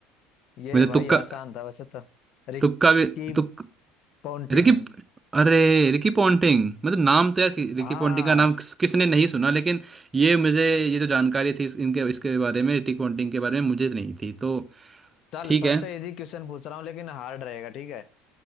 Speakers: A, on the left; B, on the right.
A: ये
B: मुझे
A: भाई
B: तुक्का
A: आसान था वैसे तो Ricky
B: तुक्का भी तुक
A: Ponting
B: रिकी अरे रिकी पॉन्टिंग मतलब नाम तो यार कि- रिकी
A: हाँ
B: पॉन्टिंग का नाम किस, किसने नहीं सुना लेकिन ये मुझे ये जो जानकारी थी इस- इनके इसके बारे में रिकी पॉन्टिंग के बारे में मुझे नहीं थी तो
A: चल
B: ठीक
A: सबसे
B: है
A: इजी क्वेश्चन पूछ रहा हूँ लेकिन हार्ड रहेगा ठीक है